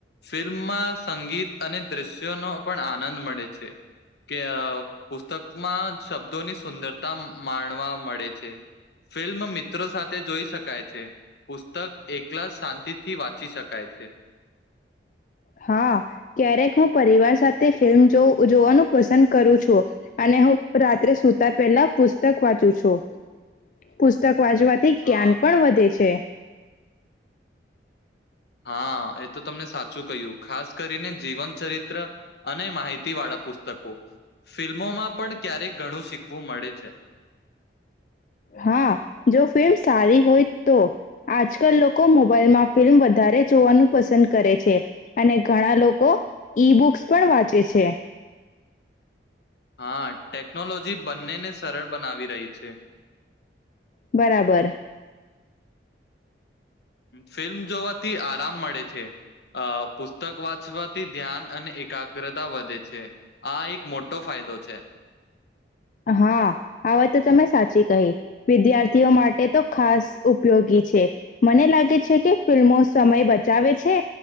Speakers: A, on the left (about 60°); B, on the left (about 45°).
A: ફિલ્મમાં સંગીત અને દ્રશ્યોનો પણ આનંદ મળે છે કે પુસ્તકમાં શબ્દોની સુંદરતા માણવા મળે છે. ફિલ્મ મિત્રો સાથે જોઈ શકાય છે. પુસ્તક એકલા જ શાંતિથી વાંચી શકાય શકાય છે.
B: હા, ક્યારેક હું પરિવાર સાથે ફિલ્મ જોવું-જોવાનું પસંદ કરું છું અને હું રાત્રે સુતા પહેલા પુસ્તક વાંચું છું. પુસ્તક વાંચવાથી
A: હા.
B: જ્ઞાન પણ વધે છે.
A: હા, એ તો તમને સાચું કહ્યું. ખાસ કરીને જીવન ચરિત્ર અને માહિતી વાળા પુસ્તકો. ફિલ્મોમાં પણ ક્યારેક ઘણું શીખવું મળે છે.
B: હા, જો ફિલ્મ સારી હોય તો આજકાલ લોકો મોબાઈલમાં ફિલ્મ વધારે જોવાનું પસંદ કરે છે અને ઘણા લોકો ઈ-બુક્સ પણ વાંચે છે.
A: હા, ટેકનોલોજી બંનેને સરળ બનાવી રહી છે.
B: બરાબર.
A: ફિલ્મ જોવાથી આરામ મળે છે અ પુસ્તક વાંચવાથી ધ્યાન અને એકાગ્રતા વધે છે આ એક મોટો ફાયદો છે.
B: હા, આ વાત તો તમે સાચી કહી વિદ્યાર્થીઓ માટે તો ખાસ ઉપયોગી છે મને લાગે છે કે ફિલ્મો સમય બચાવે છે